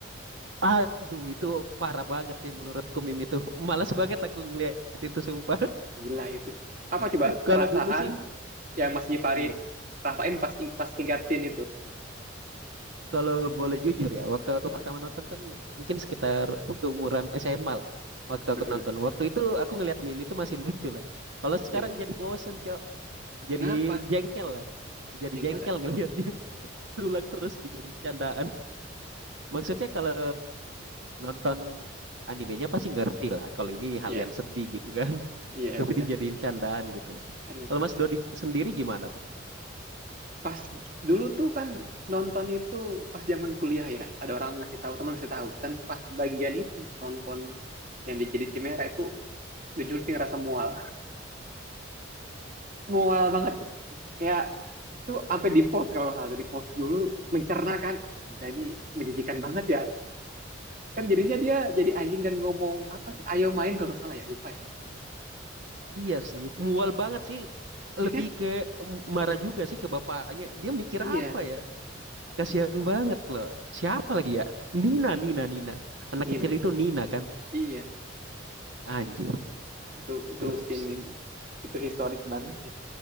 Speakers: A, on the right; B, on the right.
A: Aduh, itu parah
B: ah,
A: banget sih menurutku meme itu. Malas banget aku ngeliat itu sumpah.
B: gila itu apa coba
A: <laughs> Kalau
B: perasaan
A: dulu sih,
B: yang Mas Gifari
A: hmm,
B: rasain pas pas ngeliatin itu
A: kalau boleh jujur ya, waktu aku
B: Nah,
A: pertama nonton kan mungkin sekitar umuran SMA lah. Waktu aku
B: mm-mm.
A: nonton, waktu itu aku ngeliat meme itu masih lucu lah. Kalau sekarang
B: ya
A: jadi bosen, Cok. Jadi
B: kenapa
A: jengkel lah. Jadi
B: Yang
A: jengkel
B: jengkelnya
A: ngeliat berulang terus dijadiin candaan. Maksudnya kalau nonton animenya pasti ngerti lah kalau ini hal
B: ya
A: yang sedih gitu kan. <laughs>
B: ya
A: Tapi
B: benar.
A: dijadiin candaan gitu.
B: aduh
A: Kalau Mas Dodi sendiri gimana tuh?
B: pas dulu tuh kan nonton itu pas zaman kuliah ya ada orang ngasih tahu teman ngasih tahu dan pas bagian itu nonton yang di- jadi Chimera itu jujur sih ngerasa mual <laughs> mual banget kayak tuh sampai di pause kalau nggak salah tuh, di pause dulu mencerna kan jadi menjijikan banget ya kan jadinya dia jadi anjing dan ngomong apa sih ayo main kalau nggak salah ya lupa ya
A: Iya sih, mual banget sih.
B: ya
A: Lebih
B: kan
A: ke marah juga sih ke bapaknya. Dia mikir
B: iya
A: apa ya?
B: aduh
A: Kasihan banget loh. Siapa lagi ya? Nina, Nina, Nina. Anak
B: Nina
A: kecil
B: ya.
A: itu Nina kan?
B: iya
A: Anjir.
B: itu itu
A: Eh, ups.
B: scene
A: <laughs>
B: itu historis banget sih